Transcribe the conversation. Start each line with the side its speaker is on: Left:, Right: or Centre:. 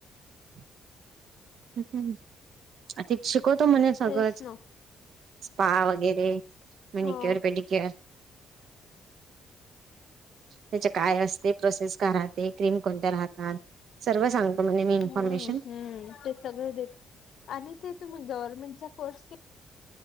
Right: <unintelligible> ह् हम् त शिकवतो, म्हणे सगळंच
Left: तेच ना
Right: स्पा वगैरे, मेनिक्युर,
Left: हो.
Right: पेडिक्युर, त्याच्या काय असते प्रोसेस घरात? ते क्रीम कोणत्या राहतात, सर्व सांगतो म्हणे मी इन्फॉर्मेशन,
Left: हम्म हम्म ते सगळं देत आणि ते तुमी गव्हर्नमेंटचा कोर्स, के